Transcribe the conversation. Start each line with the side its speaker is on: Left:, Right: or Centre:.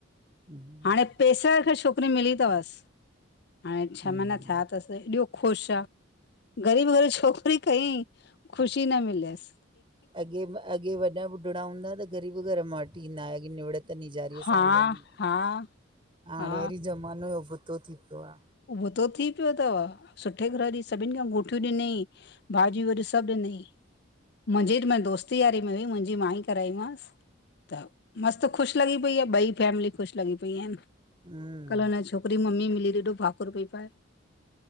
Right: हूं
Left: हाणे पैसे खे छोकिरी मिली थवसि, हाणे छह
Right: हम्म
Left: महीना थिया तस। त हेॾो ख़ुशि आ ग़रीब घर छोकिरी कईं ख़ुशी न मिलियस।
Right: अॻे म अॻे वॾा बुढड़ा हूंदा त ग़रीब घर मां वठी ईंदा के निड़त त निजारीअ
Left: हा
Right: सां हलंदी
Left: हा
Right: हाणे
Left: हा
Right: वड़ी ज़मानो उबतो थी पियो आ।
Left: उबतो थी पियो तव सुठे घर जी सभिनि खां मठियूं ॾिनई भाॼियूं वरी सभु ॾिनई, मुंजीड मां दोस्ती यारी में हुई मुंहिंजी मां ई कराई मांस त मस्त ख़ुशि लॻी पई आ ॿई फैमिली ख़ुशि लॻी पेई आहिन
Right: हम्म
Left: कल हुन छोक करी मम्मी मिली एॾो भाकुर पई पाए,